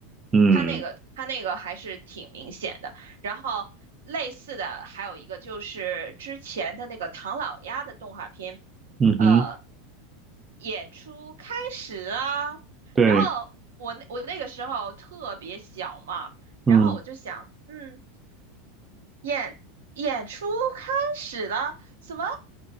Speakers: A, on the right; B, on the right.
A: 嗯
B: 他那个他那个还是挺明显的。然后类似的还有一个就是之前的那个唐老鸭的动画片，
A: 嗯哼，
B: 呃，演出开始啦。
A: 对，
B: 然后我那我那个时候特别小嘛，
A: 嗯，
B: 然后我就想，嗯，演演出开始了，什么？